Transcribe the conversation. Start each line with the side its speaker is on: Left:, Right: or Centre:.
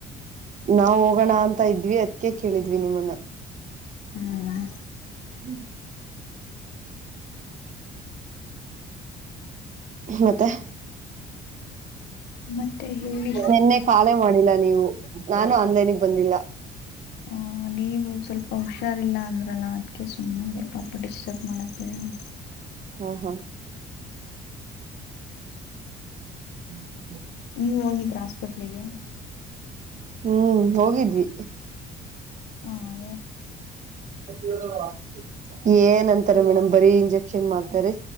Right: ನಾ ಹೋಗೋಣ ಅಂತ ತಾ ಇದ್ವಿ ಅದ್ಕ ಕೇಳಿದ್ವಿ ನಿಮ್ಮನ್ನ
Left: ಹ್ಮ್
Right: <unintelligible> ಮತ್ತೆ
Left: ಮತ್ತೆ ಹೇಳಿ
Right: ನಿನ್ನೆ ಖಾಲೆ ಮಾಡಿಲ್ಲ ನೀವು ನಾನು ಅನ್ಲೈನಿಗೆ ಬಂದಿಲ್ಲ
Left: ಹ ನೀವು ಸ್ವಲ್ಪ ಹುಷಾರಿಲ್ಲ ಅಂದ್ರಲ್ಲ ಅದ್ಕ ಸುಮ್ಮನೆ ಅದೇ ಪ್ರಾಪರ್ಟಿ ಸಪ್ ಮಾಡಕ್ ಬೇಡ ಅ
Right: ಹ್ಮ ಹಾ ಹ್ಮ್
Left: ನೀವ ಹೋಗಿದ್ರ ಹಾಸ್ಪಿಟ್ಲಿಗೆ
Right: ಹ್ಮ್ ಹೋಗಿದ್ವಿ
Left: ಹಾ
Right: <inaudible> ಏನ್ಂತಾರೆ ಮೇಡಮ್ ಬರೀ ಇಂಜೆಕ್ಷನ್ ಮಾಡ್ತಾರೆ